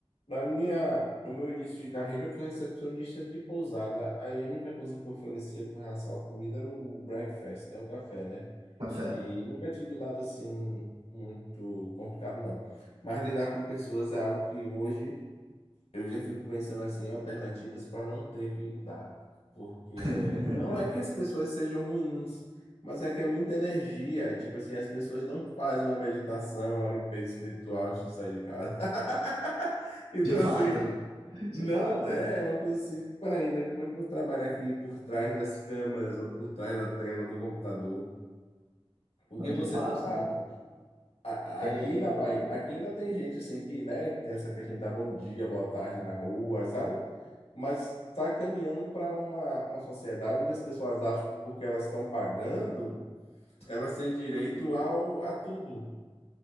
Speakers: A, on the left (about 85°); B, on the right (about 80°).
A: Na minha, no meu início de carreira, eu fui recepcionista de pousada. Aí a única coisa que eu oferecia com relação à comida era o breakfast, né? O café, né?
B: Café.
A: E nunca tive nada assim muito complicado, não. Mas lidar com pessoas é algo que hoje eu já fico pensando assim em alternativas para não ter que lidar. Porque
B: <laughs>
A: não é que as pessoas sejam ruins, mas é que é muita energia. Tipo assim, as pessoas não fazem uma meditação, uma limpeza espiritual antes de sair de casa. <laughs> Então,
B: De fato.
A: assim, não
B: De fato.
A: é uma coisa assim, para ainda, como é que eu vou trabalhar aqui por trás das câmeras ou por trás da tela do computador? Porque
B: Não, de
A: você
B: fato.
A: não sabe. A-
B: É,
A: a- Aqui na Bahia, aqui ainda tem gente assim que, né, tem essa questão de dar bom dia, boa tarde na rua, sabe? mas está caminhando para uma, uma sociedade onde as pessoas acham que porque elas estão pagando, elas têm direito ao, a tudo,